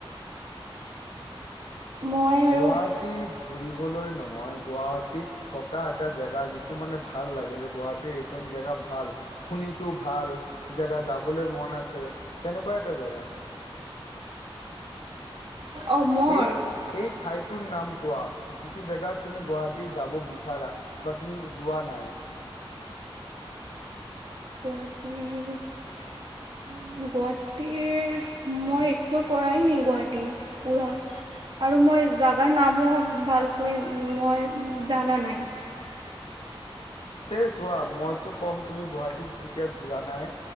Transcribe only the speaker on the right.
মই আৰু
অঁ মোৰ
গুৱাহাটী গুৱাহাটীৰ মই এক্সপ্ল'ৰ কৰাই ন গুৱাহাটী পুৰা আৰু মই জাগাৰ নামো ভালকৈ মই জানা নাই।